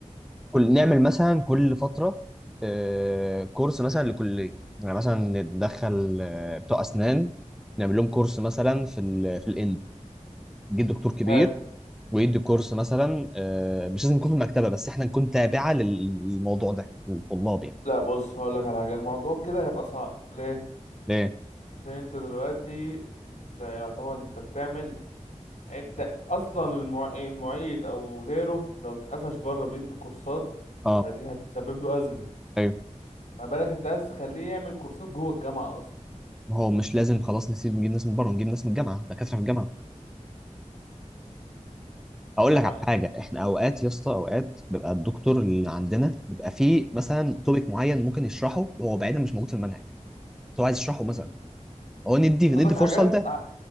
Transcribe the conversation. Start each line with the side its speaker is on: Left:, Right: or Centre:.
Centre: كل نعمل مثلا كل فترة آه، كورس مثلا لكلية يعني مثلا ندخل آه، بتوع أسنان نعمل لهم كورس مثلا في ال في الاندو يجي دكتور كبير
Left: حلو
Centre: ويدي كورس مثلا آه، مش لازم يكون في المكتبة بس احنا نكون تابعة لل- للموضوع ده للطلاب يعني
Left: لا بص هقول لك على حاجة الموضوع كده هيبقى صعب ليه
Centre: ليه؟
Left: عشان انت دلوقتي انت يعتبر انت بتعمل انت اصلا المع... المعيد او غيره لو اتقفش بره بيدي كورسات
Centre: اه
Left: فدي هتسبب له ازمه
Centre: ايوه
Left: ما بالك انت عايز تخليه يعمل كورسات جوه الجامعه اصلا
Centre: ما هو مش لازم خلاص نسيب نجيب ناس من بره نجيب ناس من الجامعه دكاتره في الجامعه
Left: يعني
Centre: اقول
Left: ما
Centre: لك
Left: هو-
Centre: على حاجه احنا اوقات يا اسطى اوقات بيبقى الدكتور اللي عندنا بيبقى فيه مثلا توبيك معين ممكن يشرحه وهو بعيدا مش موجود في المنهج بس هو عايز يشرحه
Left: مم.
Centre: مثلا هو ندي ندي
Left: قصدك
Centre: فرصه
Left: حاجات
Centre: لده
Left: ح-